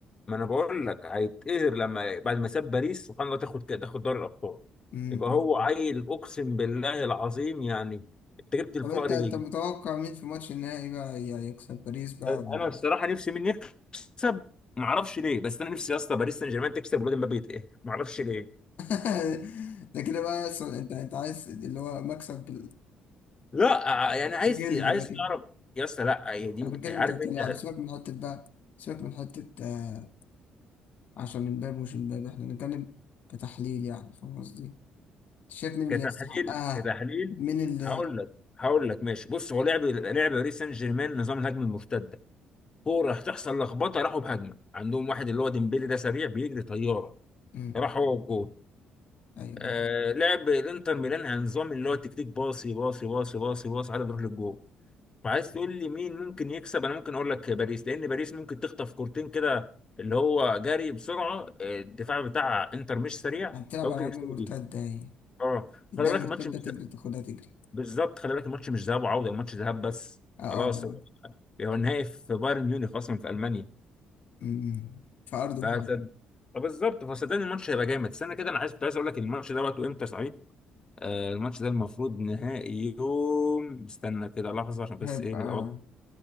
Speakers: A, on the left (about 30°); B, on the left (about 60°).
A: ما انا بقول لك هيتقهر لما بعد ما ساب باريس سبحان الله تاخد كده- تاخد دوري الابطال
B: أمم،
A: يبقى
B: أمم.
A: هو عيل اقسم بالله العظيم يعني انت جبت الفقر
B: طب أنت أنت
A: ليه
B: متوقع مين في ماتش النهائي بقى ي- يكسب باريس بقى
A: انا
B: ولا-
A: الصراحه نفسي مين يكسب ما اعرفش ليه بس انا نفسي يا اسطى باريس سان جيرمان تكسب والواد امبابي يتقهر ما اعرفش ليه
B: <laughs> ده كده بقى سؤال- أنت أنت عايز اللي هو مكسب بال-
A: لا آه، يعني عايز
B: جلد
A: عايز
B: ده كده
A: تعرف يا اسطى لا هي دي
B: أنا بتكلم
A: عارف
B: كلاعب
A: انت
B: سيبك من حتة بقى سيبك من حتة آه، عشان امبابي مش امبابي احنا بنتكلم كتحليل يعني فاهم قصدي؟ شايف مين
A: كتحليل
B: اللي يستحقها
A: كتحليل
B: مين اللي
A: هقول لك هقول لك ماشي بص هو لعب لعب باريس سان جيرمان نظام الهجمه المرتده كوره هتحصل لخبطه راحوا بهجمه عندهم واحد اللي هو ديمبلي ده سريع بيجري طياره
B: امم
A: راح هو والجول
B: ايوه
A: آه
B: ايوه
A: لعب الانتر ميلان على نظام اللي هو تكتيك باصي باصي باصي باصي باصي على بيروح للجول وعايز تقول لي مين ممكن يكسب انا ممكن اقول لك باريس لان باريس ممكن تخطف كورتين كده اللي هو جري بسرعه آه، الدفاع بتاع انتر مش سريع
B: هتلعب
A: فممكن
B: على عجل
A: يكسبوا
B: المرتدة
A: دي
B: هي
A: اه
B: اديها
A: خلي بالك
B: مرتدة
A: الماتش مش
B: تجري تاخدها تجري
A: بالظبط خلي بالك الماتش مش ذهاب وعوده الماتش ذهاب بس
B: اه اه
A: خلاص
B: آه.
A: هو هو النهائي في بايرن ميونخ اصلا في المانيا
B: امم في أرض محمد
A: فصد... بالظبط فصدقني الماتش هيبقى جامد استنى كده انا عايز كنت عايز اقول لك الماتش ده وقته امتى صحيح آه الماتش ده المفروض نهائي يوم استنى كده لحظه عشان بس
B: هيبقى
A: ايه نبقى واضح